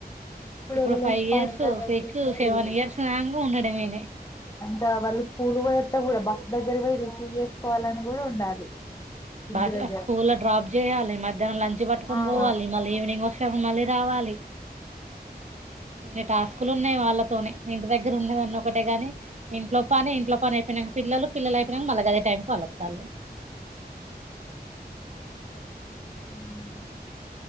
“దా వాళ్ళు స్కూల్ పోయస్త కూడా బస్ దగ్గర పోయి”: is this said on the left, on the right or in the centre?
Left